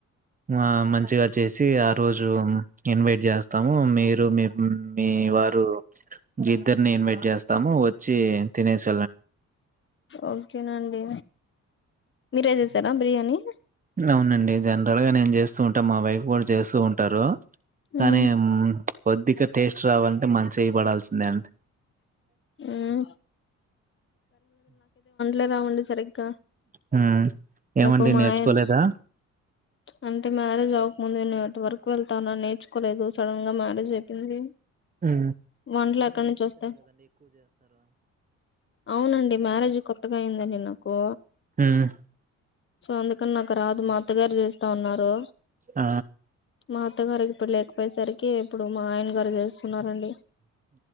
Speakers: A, on the right (about 25°); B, on the left (about 40°).
A: ఆ మంచిగా వచ్చేసి ఆ రోజు ఇన్వైట్ చేస్తాము మీరు మీ మీ వారు ఇద్దరిని ఇన్వైట్ చేస్ తాము వచ్చి తినేసి పో
B: ఓకేనండి మీరే చేసారా బిర్యానీ
A: అవునండి జనరల్ గా నేను చేస్తూ ఉంటా మా వైఫ్ కూడా చేస్తూ ఉంటారు కానీ
B: ఉమ్
A: అం కొద్దిగా టేస్ట్ రావాలంటే మంచ్ చేయ్ పడాల్సిందే అండి
B: ఉమ్ లేదా ఉండి సరిగ్ క
A: హ్మ్. ఏమండి
B: నాకు మాయన్
A: నేర్చుకోలేదా?
B: అంటున్నారు గా ముందు నే ఎటి వరకు వెళ్తానా నేర్చుకోలేదు సడన్ గా మ్యారేజ్ అయిపోయింది
A: మ్మ్
B: ఎండ్ల ఎక్కడి నుంచి వస్తాయి అవునండి మ్యారేజ్ కొత్తగా అయిందండి నాకు
A: హ్మ్.
B: అందుకని నాకు రాదు మా అత్తగారు చేస్తా ఆన్నారు
A: ఆ
B: మా అత్తగారికి ఇప్పుడు లేకపోయేసరికి ఇప్పుడు మా ఆయన గారు చేస్తున్నారండి.